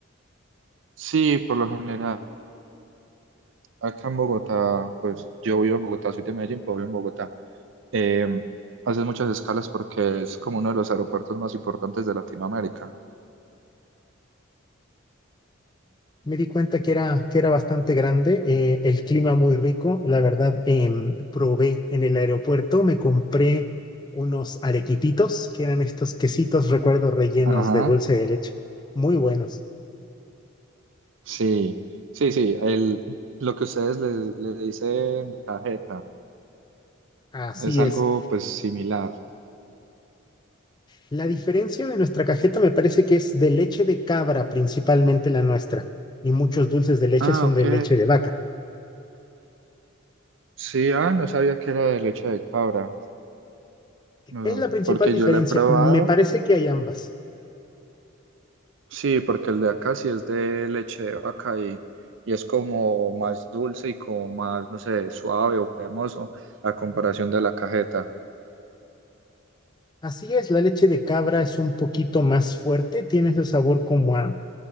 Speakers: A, on the right (about 65°); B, on the left (about 20°).
A: sí, por lo general acá en Bogotá, pues yo vivo en Bogotá, soy de Medellín, pero vivo en Bogotá. Eh, haces muchas escalas porque es como uno de los aeropuertos más importantes de Latinoamérica.
B: Me di cuenta que era, que era bastante grande, eh, el clima muy rico. La verdad, em, probé en el aeropuerto, me compré unos arequipitos, que eran estos quesitos, recuerdo, rellenos
A: Ajá,
B: de dulce de leche. Muy buenos.
A: sí, sí, sí, el, lo que ustedes le, le dicen cajeta
B: Así
A: es algo
B: es.
A: pues similar.
B: La diferencia de nuestra cajeta me parece que es de leche de cabra, principalmente la nuestra. Y muchos dulces de leche
A: Ah,
B: son
A: ok.
B: de leche de vaca.
A: Sí, ah, no sabía que era de leche de cabra, no,
B: Es la principal
A: porque
B: diferencia.
A: yo lo he probado
B: Me parece que hay ambas.
A: Sí, porque el de acá sí es de leche de vaca y, y es como más dulce y como más, no sé, suave o cremoso a comparación de la cajeta.
B: Así es, la leche de cabra es un poquito más fuerte, tiene ese sabor como a